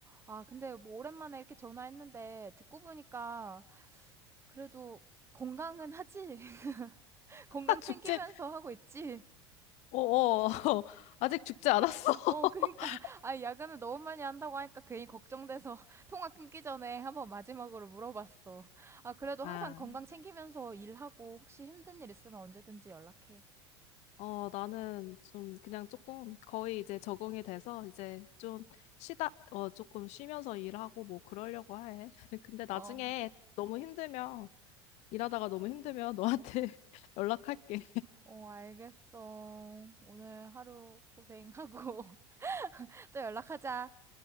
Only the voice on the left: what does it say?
죽지.
어어. <laughs> 아직 죽지 않았어. <laughs>
아,
어, 나는 좀 그냥 조금 거의 이제 적응이 돼서 이제 좀 쉬다, 어, 조금 쉬면서 일하고 뭐 그러려고 해. <laughs> 근데 나중에
너무 힘들면, 일하다가 너무 힘들면 너한테 <laughs> 연락할게.